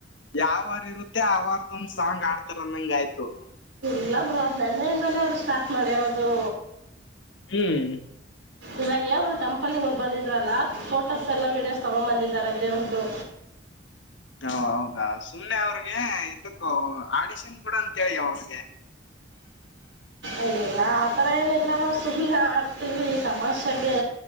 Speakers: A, on the left; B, on the right.
A: ಯಾವಾರ ಇರುತ್ತೆ ಅವಾರ್ದೊಂದಸ ಸಾಂಗ್ ಆಡ್ತಾರ ಅಂದಂಗ ಆಯ್ತು
B: ಇಲ್ಲ ಬ್ರೋ ನೆನ್ನೆಯಿಂದಲೇ ಅವ್ರು ಸ್ಟಾರ್ಟ್ ಮಾಡಿರೋದು
A: ಹ್ಮ್
B: ಇವಗೆ ಅವ್ರು ಟೆಂಪಲ್ ಪ್ಪಲ್ಲಿ ಹೋಗ್ ಬಂದಿದ್ರಲ್ಲ ಫೋಟೋಸ್ ಎಲ್ಲ ವೀಡಿಯೋಸ್ ತಗೊಂಡ್ ಬಂದಿದ್ದಾರೆ ದೇವ್ರ್ದು
A: ಹೂ ಹೌದಾ ಸುಮ್ಮನೆ ಅವ್ರಿಗೆ ಇದಕ್ಕೂ ಆಡಿಷನ್ ಕೊಡು ಅಂತ ಹೇಳಿಯ ಅವ್ರಿಗೆ
B: ಅಯ್ಯೋ ಅತರ ಏನಿಲ್ಲ ಅಣ್ಣ ಸುಮ್ನೆ ಆಡ್ತೀವಿ ತಮಾಷೆಗೆ